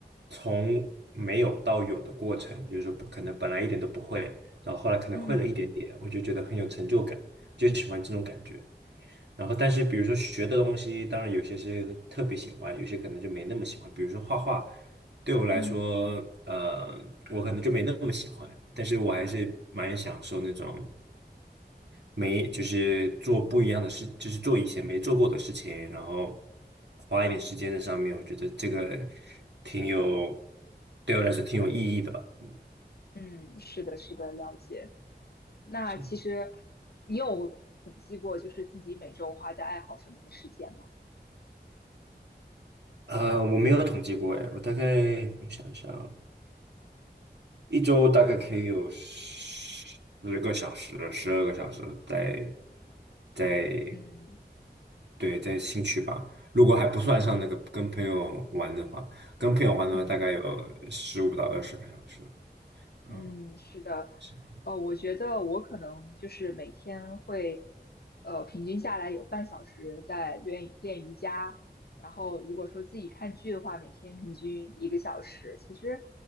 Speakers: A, on the right (about 80°); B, on the left (about 65°).
A: 从没有到有的过程，就是说不可能本来一点都不会，然后后来可能会了一点点，
B: 嗯
A: 我就觉得很有成就感，就喜欢这种感觉。然后，但是比如说学的东西，当然有些是特别喜欢，有些可能就没那么喜欢。比如说画画，对我来说，
B: 嗯
A: 呃，我可能就没那么喜欢，但是我还是蛮享受那种没，就是做不一样的事，就是做以前没做过的事情，然后花一点时间在上面，我觉得这个挺有，对我来说挺有意义的吧。嗯，
B: 嗯，是的，是的，了解。那其实
A: 是，
B: 你有统计过，就是自己每周花在爱好上面的时间吗？
A: 呃，我没有统计过，哎，我大概我想一想。一周大概可以有十个小时、
B: 嗯
A: 十二个小时在在
B: 嗯
A: 对在新区吧。如果还不算上那个跟朋友玩的话，
B: 嗯
A: 跟朋友玩的话大概有十五到二十个小时。
B: 嗯。
A: 嗯，
B: 嗯，是的，
A: 是
B: 呃，我觉得我可能就是每天会，呃，平均下来有半小时在练练瑜伽，然后如果说自己看剧的话，每天平均一个小时，其实，